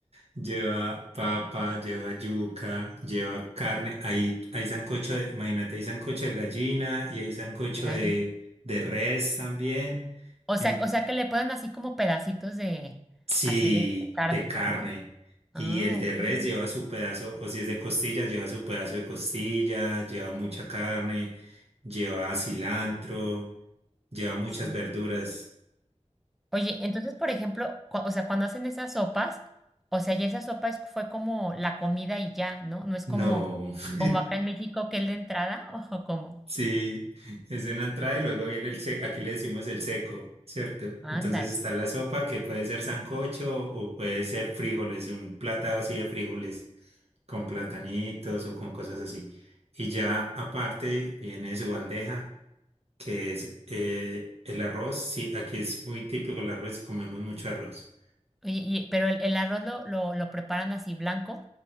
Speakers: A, on the right (about 60°); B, in the centre.
A: Lleva papa, lleva yuca, lleva carne. Hay, hay sancocho de, imagínate, hay sancocho de gallina y hay sancocho
B: Ahí.
A: de, de res también.
B: O sea,
A: En-
B: o sea que le ponen así como pedacitos de,
A: sí,
B: así de carne,
A: de carne.
B: ¿no? Ah,
A: Y el de
B: ok.
A: res lleva su pedazo, o si es de costilla, lleva su pedazo de costilla, lleva mucha carne, lleva cilantro, lleva muchas
B: Sí.
A: verduras.
B: Oye, entonces, por ejemplo, cu- o sea, cuando hacen esas sopas, o sea, ya esa sopa es, fue como la comida y ya, ¿no? No es
A: No.
B: como,
A: <laughs>
B: como acá en México que es la entrada, <laughs> ojo, como,
A: Sí, es una entrada y luego viene el seco, aquí le decimos el seco, ¿cierto?
B: ándale.
A: Entonces está la sopa que puede ser sancocho o puede ser frijoles, un platado así de frijoles con platanitos o con cosas así. Y ya aparte viene su bandeja que es eh, el arroz. Sí, aquí es muy típico el arroz y comemos mucho arroz.
B: Oye, y, pero el, el arroz lo, lo, lo preparan así blanco